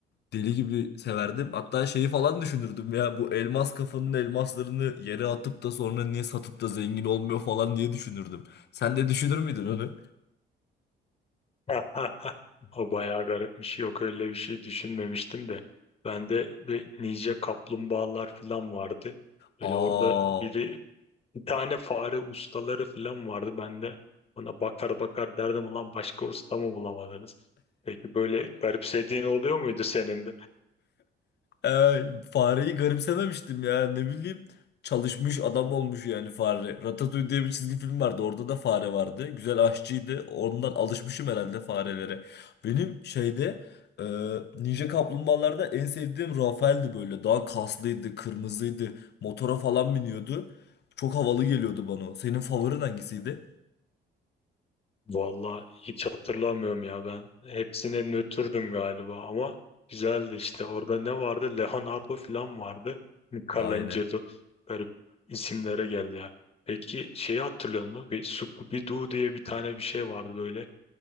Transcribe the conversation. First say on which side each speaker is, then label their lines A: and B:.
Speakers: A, on the left (about 60°); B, on the left (about 30°).
A: Deli gibi severdim. Hatta şeyi falan düşünürdüm ya. Bu elmas kafanın elmaslarını yere atıp da sonra niye satıp da zengin olmuyor falan diye düşünürdüm. Sen de düşünür müydün onu?
B: <laughs> O bayağı garipmiş. Yok öyle bir şey düşünmemiştim de. Bende bir nice kaplumbağalar falan vardı.
A: Aa
B: Böyle orada biri bir tane fare ustaları falan vardı. Ben de ona bakar bakar derdim ulan başka usta mı bulamadınız? Peki böyle garipsediğin oluyor muydu senin
A: Ee fareyi garipsememiştim ya ne bileyim. Çalışmış adam olmuş yani fare. Ratatouille diye bir çizgi film vardı. Orada da fare vardı. Güzel aşçıydı. Ondan alışmışım herhalde farelere. Benim şeyde e, Ninja Kaplumbağalarda en sevdiğim Rafael'di böyle. Daha kaslıydı, kırmızıydı. Motora falan biniyordu. Çok havalı geliyordu bana. o. Senin favorin hangisiydi?
B: Vallahi hiç hatırlamıyorum ya ben. Hepsine nötrdüm galiba ama güzeldi işte. Orada ne vardı? Leonardo falan vardı. Michelangelo.
A: Aynen.
B: Garip isimlere gel ya. Peki şeyi hatırlıyor musun? Bir Scooby-Doo diye bir tane bir şey vardı böyle.